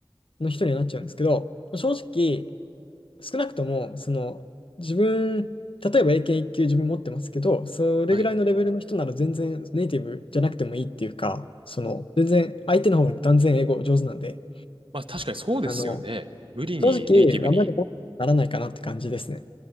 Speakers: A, on the left; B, on the right.
A: の人にはなっちゃうんですけど、正直、少なくとも、その、自分、例えば英検一級自分持ってますけど、それぐらいのレベルの人なら全然ネイティブじゃなくてもいいっていうか、
B: はい。
A: その、全然相手の方が断然英語上手なんで、
B: まあ、確かにそうですよね。
A: あの、
B: 無理にネイティブに。
A: 正直、あんまり問題にならないかなって感じですね。